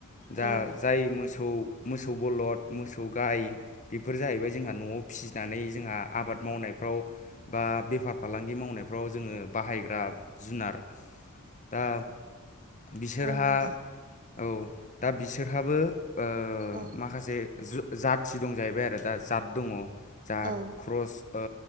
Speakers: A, on the left; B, on the right.
A: दा
B: औ
A: जाय मोसौ मोसौ मोसौ बलद मोसौ गाय बेफोर जाहैबाय जोंहा न'आव फिसिनानै जोंहा आबाद आबाद मावनायफ्राव बा बेफार फालांगि मावनायफ्राव जोङो बाहायग्रा जुनार दा बिसोरहा
B: औ नोंथां
A: औ दा बिसोरहाबो ओ
B: औ
A: माखासे जाथि दं जाहैबाय आरो दा जत दङ जा
B: औ
A: क्रस ओ